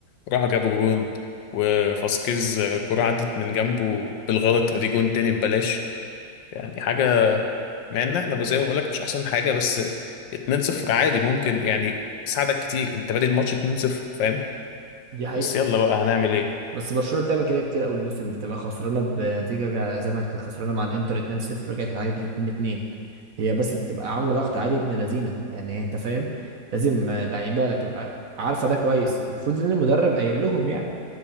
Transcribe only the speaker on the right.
دي حقيقة
بس برشلونه بتعمل كده كتير قوي الموسم ده تبقى خسرانه بنتيجه زي ما كانت خسرانه مع الانتر 2-0 رجعت اتعادلت 2-2 هي بس بتبقى عامله ضغط عالي ابن لذينه يعني انت فاهم لازم آه، لعيبه تبقى عارفه ده كويس المفروض ان المدرب قايل لهم يعني